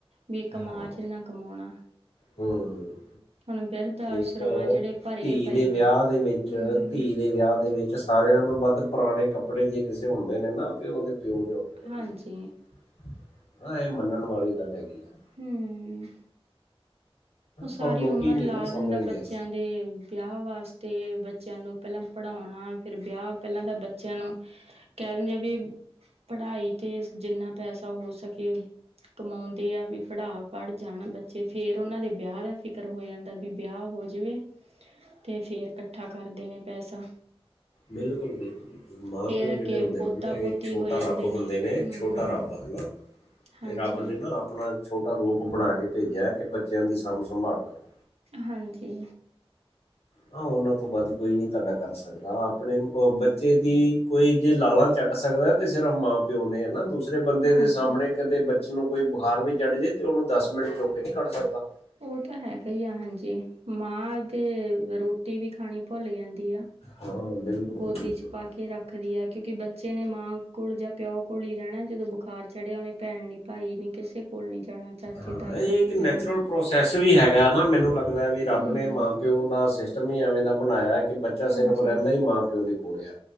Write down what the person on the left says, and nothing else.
ਹਾਂ
ਹੂੰ
ਇੱਕ
ਧੀ
ਦੇ
ਵਿਆਹ ਦੇ ਵਿੱਚ
ਧੀ ਦੇ ਵਿਆਹ ਦੇ ਵਿੱਚ ਸਾਰਿਆਂ ਤੋਂ ਵੱਧ ਪੁਰਾਣੇ ਕੱਪੜੇ ਜੇ ਕਿਸੇ ਹੁੰਦੇ ਨੇ ਨਾ ਉਹਦੇ ਪਿਓ ਦੇ ਹੁੰਦੇ ਨੇ
ਕੁੜੀ ਦੇ ਹਾਂ ਇਹ ਮੰਨਣ ਵਾਲੀ ਗੱਲ ਹੈਗੀ ਆ।
ਪਰ ਲੋਕੀ
ਨਹੀਂ
ਨਾ ਸਮਝਦੇ
ਬਿਲਕੁਲ-ਬਿਲਕੁਲ। ਮਾਂ
ਪਿਓ
ਜੇੜੇ ਹੁੰਦੇ
ਨੇ ਨਾ ਇਹ
ਛੋਟਾ
ਰੱਬ ਹੁੰਦੇ ਨੇ
ਛੋਟਾ ਰੱਬ ਹਨਾ।
ਇਹ ਰੱਬ ਨੇ ਨਾ ਆਪਣਾ ਛੋਟਾ ਰੂਪ ਬਣਾ ਕੇ ਭੇਜਿਆ ਕਿ ਬੱਚਿਆਂ ਦੀ ਸਾਂਭ ਸੰਭਾਲ ਕਰੋ।
ਹਾਂ ਉਹਨਾਂ ਤੋਂ ਵੱਧ ਕੋਈ ਨੀ ਤੁਹਾਡਾ ਕਰ ਸਕਦਾ ਆਪਣੇ ਬੱਚੇ ਦੀ ਕੋਈ ਜੇ ਲਾਲਾਂ ਚਟ ਸਕਦਾ ਤੇ ਸਿਰਫ ਮਾਂ ਪਿਓ ਨੇ ਹਨਾ ਦੂਸਰੇ ਬੰਦੇ
ਦੇ ਸਾਹਮਣੇ ਕਦੇ ਬ ਨੂੰ ਕੋਈ ਬੁਖਾਰ ਵੀ ਚੜ ਜੇ ਤੇ ਉਹਨੂੰ ਦਸ ਮਿੰਟ ਚੁੱਕ ਕੇ ਨਈ ਕੱਢ ਸਕਦਾ।
ਹਾਂ ਬਿਲਕੁਲ
ਬਿਲਕੁਲ
ਬਿਲਕੁਲ।
ਹਾਂ
ਇਹ
ਇੱਕ
ਨੈਚੁਰਲ ਪ੍ਰੋਸੈਸ ਵੀ ਹੈਗਾ ਨਾ ਮੈਨੂੰ ਲੱਗਦਾ ਵੀ ਰੱਬ
ਨੇ ਮਾਂ ਪਿਓ ਦਾ ਸਿਸਟਮ ਹੀ ਐਵੇਂ ਦਾ ਬਣਾਇਆ ਕਿ ਬੱਚ ਬੱਚਾ
ਸਿਰਫ ਰੈਂਦਾ ਈ ਮਾਂ ਪਿਓ ਦੇ ਕੋਲ ਆ।